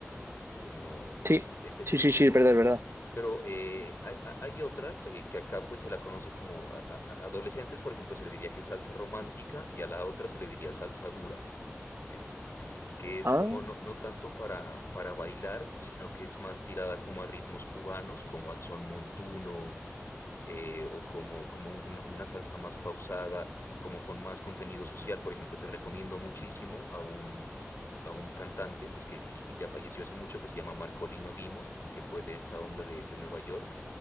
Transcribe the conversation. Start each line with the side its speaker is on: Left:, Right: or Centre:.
Left: Como eh,
Right: Sí,
Left: eh, este,
Right: sí,
Left: este
Right: sí,
Left: tipo.
Right: sí, es verdad, es verdad.
Left: Pero eh, hay, hay- hay otra eh, que acá pues se la conoce como a- a- a- adolescentes, por ejemplo, se le diría que es salsa romántica y a la otra se le diría salsa dura. Es, que es
Right: Ah,
Left: como no, no tanto para, para bailar, sino que es más tirada como a ritmos cubanos, como al son montuno, eh, o como, como un- una, una salsa más pausada, como con más contenido social. Por ejemplo, te recomiendo muchísimo a un, a un cantante pues, que, que- que ya falleció hace mucho, que se llama Marcolino Dimond, que fue de esta onda de, de Nueva York.